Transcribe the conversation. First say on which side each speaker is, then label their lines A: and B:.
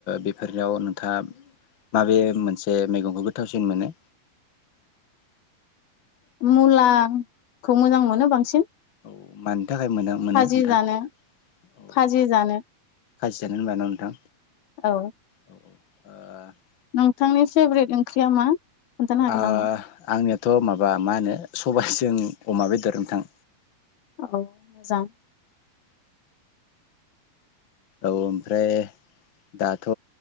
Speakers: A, on the left; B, on the left.
A: बेफोरनियाव नोंथाङा माबे मोनसे मैगंखौ गोथावसिन मोनो।
B: मुलाखौ मोजां मोनो बांसिन।
A: औ मानि थाखाय मोनो मोनो
B: फाजि
A: नोंथां
B: जानो
A: औ
B: फाजि
A: औ
B: जानो।
A: खाजि जानो होनबाय नङा नोंथां।
B: औ
A: औ ओ
B: नोंथांनि फेभरेट ओंख्रिया मा? हागोन
A: ओ
B: नामा?
A: आंनियाथ' माबा मा होनो सबायाइसे। जों अमा बेदर नोंथां।
B: औ मोजां।
A: औ ओमफ्राय दाथ'